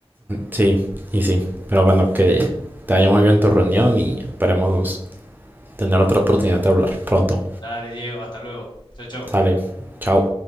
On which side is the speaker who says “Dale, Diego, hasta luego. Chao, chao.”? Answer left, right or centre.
Left